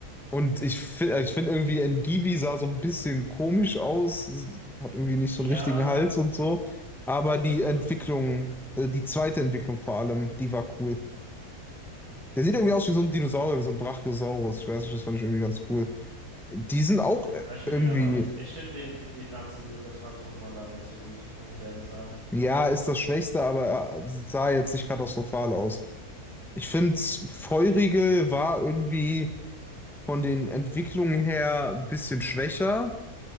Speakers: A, in the centre; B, on the right (about 80°).
A: Und ich, fi- äh, ich finde irgendwie, Ndivi sah so ein bisschen komisch aus, sie hat irgendwie nicht
B: Ja,
A: so einen richtigen Hals und so. Aber
B: den
A: die
B: fand ich
A: Entwicklung,
B: auch nicht so cool.
A: äh, die zweite Entwicklung vor allem, die war cool. Der sieht irgendwie aus wie so ein Dinosaurier, wie so ein Brachiosaurus. Ich weiß nicht, das fand ich irgendwie ganz cool. Die sind auch
B: Ja,
A: äh,
B: ich finde
A: irgendwie,
B: den aber nicht. Ich finde den, für die Pflanze, das Pflanz-Pokémon da nicht so gut, muss ich ehrlich sagen.
A: ja, ist das Schwächste, aber äh, sah jetzt nicht katastrophal aus. Ich finde, Feurigel
B: Okay.
A: war irgendwie von den Entwicklungen her ein bisschen schwächer,